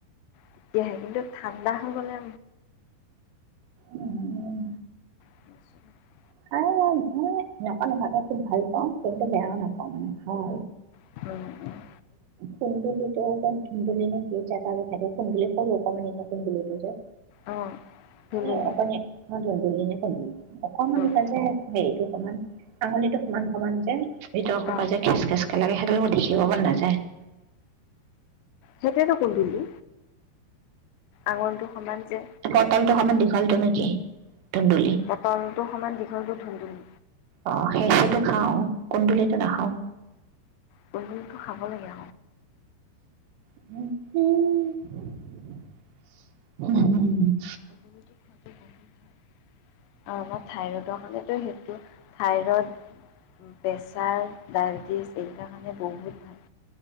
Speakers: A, on the left (about 80°); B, on the right (about 80°).
A: তেতিয়াহে কিন্তু ঠাণ্ডা হৈ গ'লে
B: উম।
A: <unintelligible>
B: খাওঁ মই এনেকুৱা নহয়, মই খুব ভাল পাওঁ, কিন্তু বেয়াও নাপাওঁ মানে। খাওঁ
A: কৃষ্ণ
B: কুন্দুলি ৰূপত ধুন্দুলি নেকি যা তা যে থাকে কুন্দুলি কৰৰু অকণমান কুন্দুলিটো যে।
A: অ', ধুন্দুলি
B: এ অকণি ধুন্দুলী নে কুন্দুলী, অকমানি।
A: অ',
B: হেৰিটো সমান আঙলিটো সমান সমান যে, ভিতৰ সোপা
A: অ',
B: যে খেচ খেচ <unintelligible>
A: সেইটোৱেতো কুন্দুলি, আঙলিটো সমান যে।
B: পতলটো সমান দীঘালটো নেকি ধুন্দুলী?
A: পটলটো সমান দীঘলটো ধুন্দলি।
B: অ' সেহাটো খাও কুন্দুলিতো নাখাওঁ।
A: কুন্দুলিটো খাব লাগে
B: <unintelligible>
A: অলপ থাইৰডৰ কাৰণেটো সেইটো থাইৰইড, প্ৰেছাৰ, ডায়েবেটিছ এই বিলাক কাৰণে বহুত ভাল।